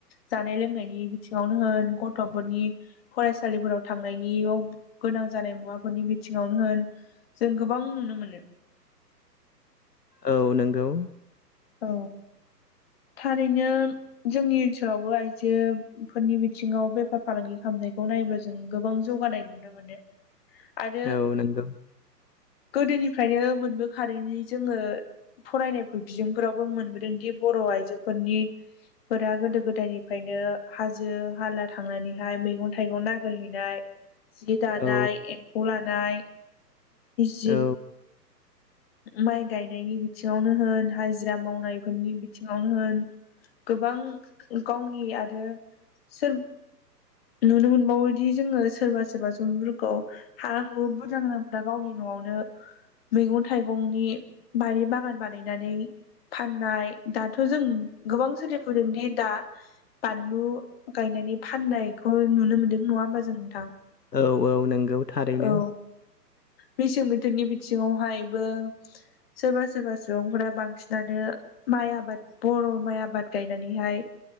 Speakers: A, on the left; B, on the left.
A: जानाय लोंनायनि बिथिङावनो होन गन गथ'फोरनि फरायसालिफोराव थांनायनियाव गोनां जानाय मुवाफोरनि बिथिङावनो होन जों गोबां नुनो मोनो।
B: औ नंगौ।
A: औ। थारैनो जोंनि ओनसोलावबो आइजोफोरनि बिथिङाव बेफार फालांगि खालामनाय खौ नायब्ला जों गोबां जौगानाय नुनो मोनो। आरो
B: औ नंगौ
A: गोदोनिफ्रायनो मोनबो खारैनि जोङो फरायनायफोर बिजोंफोरावबो मोनबोदोंदि बर' आइजोफोरनि फोरा गोदो गोदायनिफ्रायनो हाजो हाला थांनानैहाय मैगं थाइगं नागिरहैनाय जि दानाय
B: औ
A: एम्फौ लानाय जि
B: औ।
A: माइ गायनायनि बिथिङावनो होन हाजिरा मावनायफोरनि बिथिङावनो होन गोबां गावनि आरो सोर नुनो मोनबावोदि जोङो सोरबा सोरबा सुंबुं फोरखौ हा हु बुरजा गोनांफोरा गावनि न'आवनो मैगं थाइगंनि बारि बागान बानायनानै फाननाय दाथ' जों गोबां सोलिफुदोंदि दा बानलु गायनानै फाननायखौ नुनो मोन्दों नङा होमबा जों नोंथां
B: औ औ नंगौ थारैनो।
A: औ मेसें बोथोरनि बिथिङाव हायबो सोरबा सोरबा सुबुंफोरा बांसि दानो माइ आबाद बर' माइ आबाद गायनानैहाय